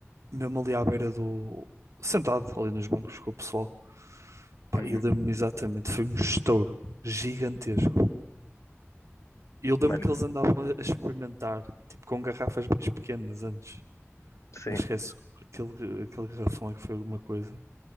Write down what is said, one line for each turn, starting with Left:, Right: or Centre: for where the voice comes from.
Right: mesmo ali à beira do. sentado ali nos bancos com o pessoal. Pá,
Left: uhum.
Right: e lembro-me exatamente, foi um estouro gigantesco. E eu
Left: Mano,
Right: lembro que eles andavam a a experimentar, tipo com garrafas mais pequenas antes.
Left: sim.
Right: mas esquece aquele, aquele garrafão é que foi alguma coisa.